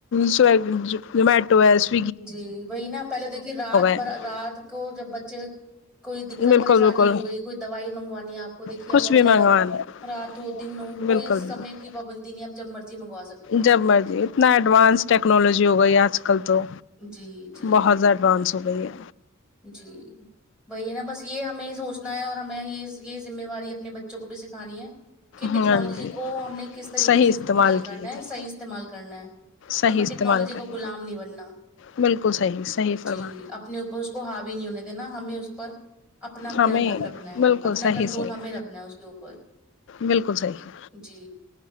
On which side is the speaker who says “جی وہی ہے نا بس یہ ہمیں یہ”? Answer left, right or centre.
Centre